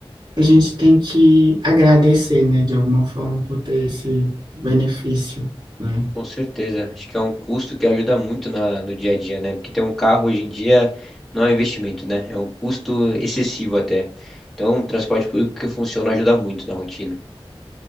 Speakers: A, on the right; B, in the centre.
A: a gente tem que agradecer, né, de alguma forma por ter esse benefício, né?
B: Com certeza. Acho que é um custo que ajuda muito na, no dia a dia, né? Porque ter um carro hoje em dia não é um investimento, né? É um custo excessivo até. Então, o transporte público que funciona ajuda muito na rotina.